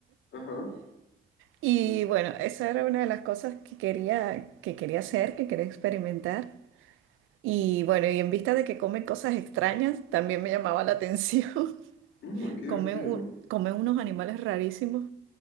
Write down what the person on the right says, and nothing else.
Y bueno, esa era una de las cosas que quería, que quería hacer, que quería experimentar. Y bueno, y en vista de que comen cosas extrañas, también me llamaba la atención. <laughs>
Comen, u- comen unos animales rarísimos.